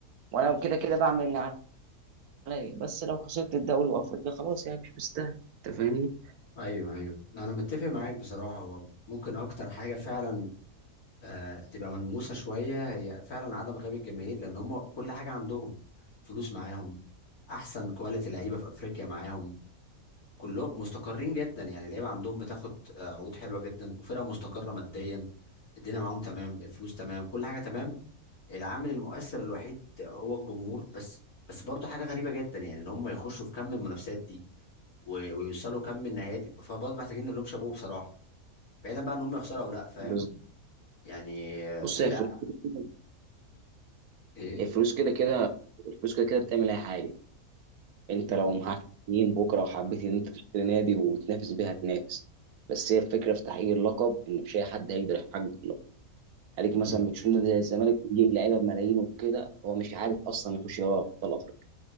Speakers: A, on the right; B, on the left.
A: وانا كده كده بعمل اللي عليا بس لو خسرت الدوري وافريقيا خلاص يعني مش مستاهل انت فاهمني
B: ايوه ايوه انا متفق معاك بصراحه هو ممكن اكتر حاجه فعلا آه، تبقى ملموسه شويه هي فعلا عدم غياب الجماهير لان هم كل حاجه عندهم فلوس معاهم احسن كواليتي لعيبه في افريقيا معاهم كلهم مستقرين جدا يعني اللعيبه عندهم بتاخد آه، عقود حلوه جدا وفرقه مستقره ماديا الدنيا معاهم تمام الفلوس تمام كل حاجه تمام العامل المؤثر الوحيد هو الجمهور بس بس برضه حاجه غريبه جدا يعني ان هم يخشوا في كم من المنافسات دي و- ويوصلوا كم من النهائيات دي فبرضه محتاجين نقول لهم شابوه بصراحه بعيدا بقى ان هم يخسروا او لا فاهم
A: بس
B: يعني آه،
A: بص
B: فرقه
A: هي الفلوس كده
B: ايه
A: الفلوس كده كده الفلوس كده كده بتعمل اي حاجه انت لو معاك اتنين بكره وحبيت ان انت تشتري نادي وتنافس بيها تنافس بس هي الفكره في تحقيق اللقب ان مش اي حد هيقدر يحقق اللقب عليك مثلا
B: مم.
A: بتشوف نادي زي الزمالك بيجيب لعيبه بملايين وكده هو مش عارف اصلا يخش دوري ابطال افريقيا